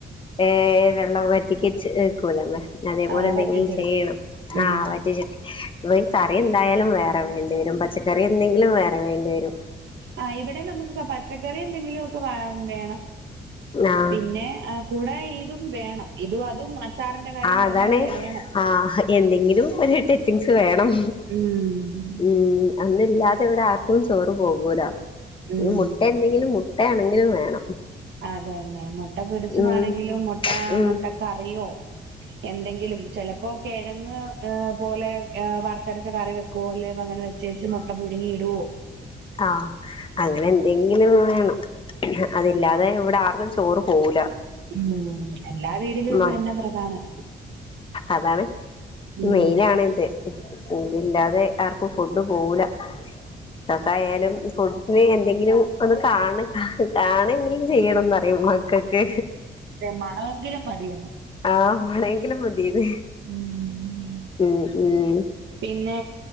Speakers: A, on the left; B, on the right.
A: ഏഹ് വെള്ളം വറ്റിക് ച്ച് വെയ്ക്കുലേ <unintelligible> അതേപോലെ
B: ആ
A: എന്തെങ്കിലും
B: വറ്റിച്ചെടുക്കും
A: ചെയ്യണം
B: ഉം
A: ആഹ് വറ്റിച്ച് ഇവിടെ ക കറി എന്തായാലും വേറെ വേണ്ടി വരും പച്ചക്കറി എന്തെങ്കിലും വേറെ വേണ്ടിവരും
B: ആഹ് ഇവിടെ നമുക്ക് പച്ചക്കറി എന്തെങ്കിലുക്കെ വേ വേണം
A: ആഹ്
B: പിന്നെ കൂടെ ഇതും വേണം ഇതും അതും അച്ചാറിന്റെ കാര്യം
A: ആഹ്
B: പറഞ്ഞ
A: അതാണ്
B: പോലെ വേണം
A: ആഹ് എന്തെങ്കിലും ഒരു ടച്ചിങ്സ് വേണം
B: ഉം
A: ഉം ഒന്നില്ലാതെ ഇവിടെ ആർക്കും ചോറ് പോകൂല
B: ഉം
A: മു ട്ട എന്തെങ്കിലും മുട്ട ആണെങ്കിലും വേണം
B: അത് തന്നെ മുട്ട പൊരിച്ചതാണെങ്കിലും
A: ഉം
B: മുട്ട
A: ഉം
B: മുട്ട കറിയൊ എന്തെങ്കിലും ചിലപ്പോ കിഴങ്ങ് ഇഹ് പോലെ വറ്ത്തരച്ച കറി പോലെ അതങ്ങനെ വെച്ചേച്ച് മൊട്ട പുഴുങ്ങി ഇടുവോ
A: ആഹ് അങ്ങനെ എന്തെങ്കിലും വേണം അതില്ലാതെ ഇവിടെ ആർക്കും ചോറ് പോവുലാ
B: ഉം എല്ലാ വീടിലും ഇത്
A: മ
B: തന്നെ പ്രധാനം
A: അതാണ്
B: ഉം
A: മെയിൻ ആണ്‌ ഇത്. ഇത് ഇല്ലാതെ ആർക്കും ഫുഡ് പോവുല്ലാ രക്കായാലും ഫുഡ്ന് എന്തെങ്കിലും ഒന്ന് കാണ കാണെങ്കിലും ചെയ്യണം നറ്യൻമക്കക് ക്ക്
B: മണ്വാങ്കിലും മതിയെന്ന്
A: ആഹ് മണേങ്കിലും മതീന്ന്
B: ഉം
A: ഉം ഉം
B: പിന്നെ